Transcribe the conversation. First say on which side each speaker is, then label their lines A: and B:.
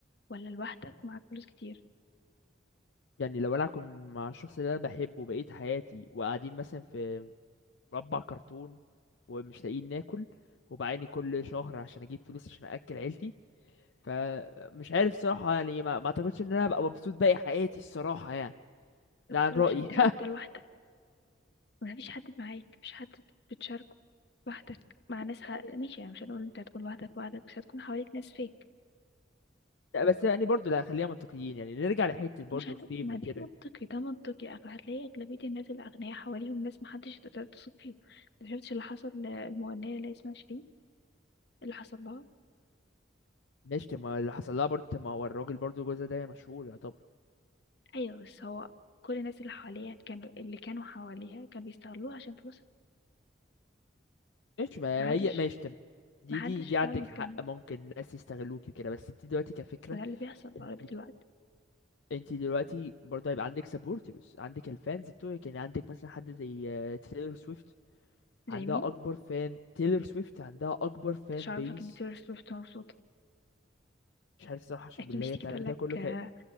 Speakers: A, on the left; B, on the left.
A: ولا لوحدك ومعاك فلوس كتير
B: <laughs> يعني لو انا اكون مع الشخص اللي انا بحبه بقية حياتي وقاعدين مثلا في مربع كرتون ومش لاقيين ناكل وبعاني كل شهر عشان اجيب فلوس عشان اكل عيلتي فمش عارف صراحة يعني ما, ما اعتقدش ان انا ابقى مبسوط باقي حياتي الصراحة يعني
A: طب
B: ده
A: بس
B: عن
A: الاوبشن
B: رأيي
A: التاني
B: <laughs>
A: انت لوحدك مفيش حد معاك مفيش حد بتشاركه لوحدك مع ناس ح...
B: يعني
A: ماشي يعني مش هنقول انت هتكون لوحدك لوحدك بس هتكون حواليك ناس فيك
B: لا، بس يعني برضو لا خلينا منطقيين يعني نرجع لحتة برضو
A: مش هن...
B: الفيم
A: ما
B: وكده
A: دي منطقي ده منطقي أغ- هتلاقي أغلبية الناس الأغنياء حواليهم ناس محدش تقدر تثق فيهم ما شفتش اللي حصل للمغنية اللي اسمها شيرين اللي حصل لها
B: ماشي طب ما اللي حصل لها برضو طب ما هو الراجل برضو جوزها ده مشهور يعتبر
A: أيوة بس هو كل الناس اللي حواليها كانوا اللي كانوا حواليها كانوا بيستغلوها عشان فلوسها
B: ماشي ما
A: محدش
B: هي ماشي طب دي
A: محدش
B: دي دي عندك
A: فعلا
B: حق
A: كان
B: ممكن الناس يستغلوكي وكده بس انت دلوقتي كفكرة
A: وده اللي بيحصل
B: انت
A: أغلبية الوقت
B: انت دلوقتي برضه هيبقى عندك سبورترز عندك الفانز بتوعك يعني عندك مثلا حد زي تيلر سويفت عندها
A: زي مين؟
B: اكبر فان تيلر سويفت عندها اكبر فان
A: مش عارفة
B: بيس
A: ان تايلور سويفت مبسوطة
B: مش عارف الصراحه عشان
A: اكيد
B: بالله
A: مش
B: هي
A: تيجي
B: بتعمل
A: تقولك
B: ده كله
A: آه،
B: ف